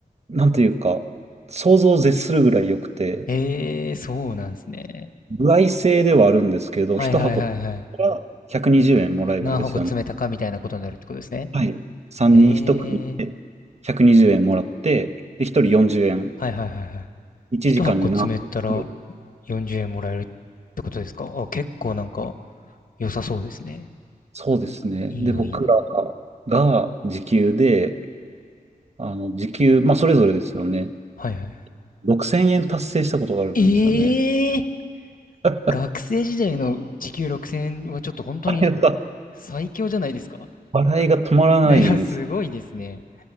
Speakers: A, on the right; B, on the left.
A: なんというか、想像を絶するぐらい良くて、
B: ええー、そうなんですね。
A: 歩合制ではあるんですけど、
B: はいはいはいはい。
A: 一箱が120円もらえるんですよね。
B: 何箱詰めたかみたいなことになるってことですね。
A: はい。3人1組で120円もらって、
B: ええー、
A: で、1人40円。
B: はいはいはいはい。
A: 1時間に何個作れる。
B: 一箱詰めたら40円もらえるってことですかあ、結構なんか良さそうですね。
A: そうですね。
B: いいな、
A: で、僕ら
B: いいな。
A: が時給で、あの、時給、まあ、それぞれですよね。
B: はいはい。
A: 6000円達成したことがあるんですよね。
B: え
A: <laughs>
B: 学生時代の時給6000円はちょっと本当に
A: あれが、
B: 最強じゃないですか。
A: 笑いが止まらないです。
B: <laughs> いや、すごいですね。